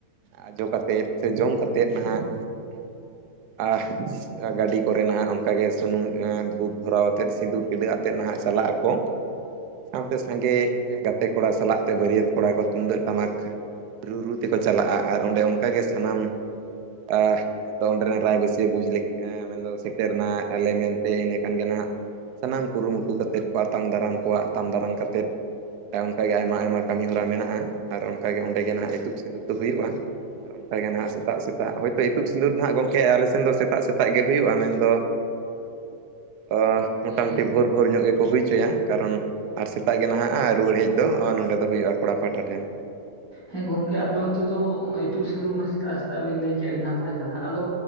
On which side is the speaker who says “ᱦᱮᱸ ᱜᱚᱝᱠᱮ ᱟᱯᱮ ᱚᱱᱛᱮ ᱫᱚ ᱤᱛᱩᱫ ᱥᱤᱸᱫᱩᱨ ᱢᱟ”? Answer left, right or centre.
Left